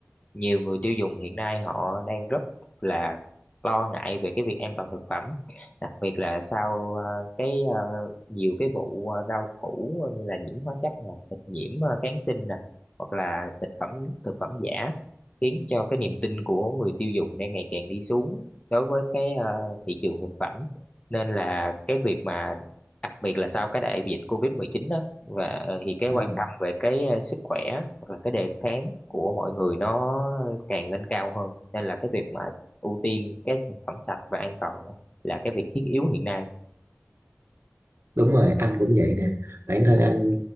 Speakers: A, on the left; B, on the right.
A: nhiều người tiêu dùng hiện nay họ đang rất là lo ngại về cái việc an toàn thực phẩm đặc biệt là sau ờ, cái ờ, nhiều cái vụ ờ, rau củ như là nhiễm hóa chất nè thịt nhiễm ờ, kháng sinh nè hoặc là thực phẩm thực phẩm giả khiến cho cái niềm tin của người tiêu dùng đang ngày càng đi xuống đối với cái ờ, thị trường thực phẩm nên là cái việc mà đặc biệt là sau cái đại dịch covid mười chín đó và ờ, thì cái quan
B: Ừ.
A: tâm về cái ờ, sức khỏe hoặc là cái đề kháng của mọi người nó càng lên cao hơn nên là cái việc mà ưu tiên cái thực phẩm sạch và an toàn là cái việc thiết yếu hiện nay
B: đúng rồi anh cũng vậy nè bản thân anh